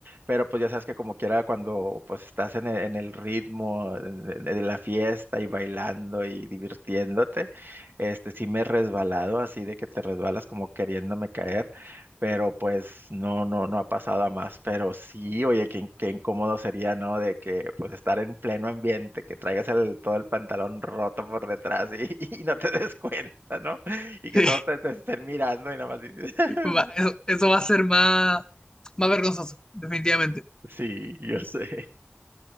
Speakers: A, on the right; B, on the left.
A: pero pues ya sabes que como quiera cuando pues estás en el, en el ritmo de, de- de la fiesta y bailando y divirtiéndote, este, sí me he resbalado así de que te resbalas como queriéndome caer pero pues no, no, no ha pasado a más, pero sí, oye, qué, qué incómodo sería, ¿no? De que pues estar en pleno ambiente, que traigas el, todo el pantalón roto por detrás y, <laughs> y no te des cuenta, ¿no? Y que
B: <laughs>
A: todos te, te estén mirando y nada más dices, <laughs>
B: sí, va- eso, eso va a ser más, más vergonzoso, definitivamente.
A: sí, yo sé.